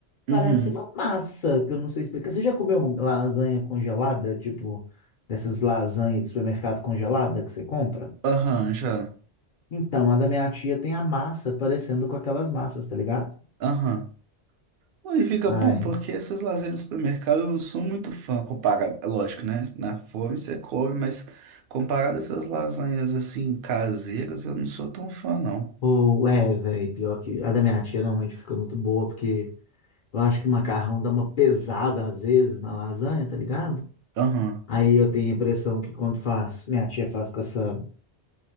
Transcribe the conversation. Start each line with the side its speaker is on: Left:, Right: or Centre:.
Left: Parece
Right: Uhum.
Left: uma massa, que eu não sei explicar. Você já comeu uma lasanha congelada? Tipo, dessas lasanhas de supermercado congelada que você compra?
Right: Aham, já.
Left: Então, a da minha tia tem a massa parecendo com aquelas massas, tá ligado?
Right: Aham. E fica
Left: Ai.
Right: bom, porque essas lasanhas do supermercado eu não sou muito fã comparado. é Lógico, né? Na fome você come, mas comparado a essas lasanhas assim caseiras, eu não sou tão fã, não.
Left: Ou, é, velho, pior que a da minha tia normalmente fica muito boa, porque eu acho que o macarrão dá uma pesada às vezes na lasanha, tá ligado?
Right: Aham.
Left: Aí eu tenho a impressão que quando faz, minha tia faz com essa,